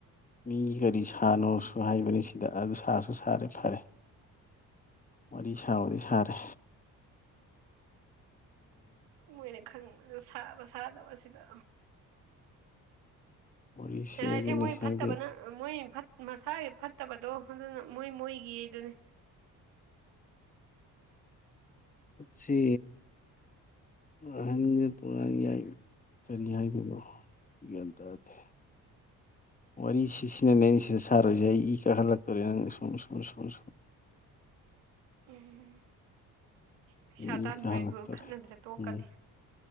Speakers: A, on the left; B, on the right.
A: ꯃꯤ ꯀꯔꯤ ꯁꯥꯅꯣꯁꯨ ꯍꯥꯏꯕꯅꯤ ꯁꯤꯗ ꯑꯗꯨ ꯁꯥꯁꯨ ꯁꯥꯔꯦ ꯐꯔꯦ ꯋꯥꯔꯤ ꯁꯥꯕꯗꯤ ꯁꯥꯔꯦ꯫
B: ꯃꯣꯏꯅ ꯈꯪꯕꯔ ꯁꯥꯕ ꯁꯥꯗꯕꯁꯤꯗ꯫
A: ꯋꯥꯔꯤꯁꯦ
B: ꯍꯦꯔꯥꯁꯦ
A: ꯑꯗꯨꯅꯤ
B: ꯃꯣꯏ
A: ꯍꯥꯏꯗꯤ
B: ꯐꯠꯇꯕꯅ ꯃꯣꯏ꯫ ꯃꯁꯥꯒꯤ ꯐꯠꯇꯕꯗꯣ ꯑꯗꯨꯅ ꯃꯣꯏ ꯃꯣꯏꯒꯤꯗꯨꯅꯤ꯫
A: ꯎꯆꯤ ꯑꯍ <unintelligible> ꯄꯨꯔ ꯌꯥꯏ꯫ ꯀꯔꯤ ꯍꯥꯏꯗꯣꯏꯅꯣ ꯒ꯭ꯌꯥꯟ ꯇꯥꯗꯦ ꯋꯥꯔꯤꯁꯤꯁꯤꯅꯅꯦ ꯑꯩꯅ ꯁꯤꯗ ꯁꯥꯔꯣꯏꯁꯦ ꯑꯩ ꯏ ꯀꯛꯍꯜꯂꯛꯇꯣꯔꯦ ꯅꯪ ꯁꯨꯝ ꯁꯨꯝ ꯁꯨꯝ ꯁꯨꯝ꯫
B: ꯎꯝ꯫ ꯄꯩꯁꯥ
A: ꯏ
B: ꯇꯥꯟꯕꯩꯕꯨ
A: ꯀꯍꯜꯛꯇꯣꯔꯦ
B: ꯈꯠꯅꯗ꯭ꯔ ꯇꯣꯛꯀꯅꯤ
A: ꯎꯝ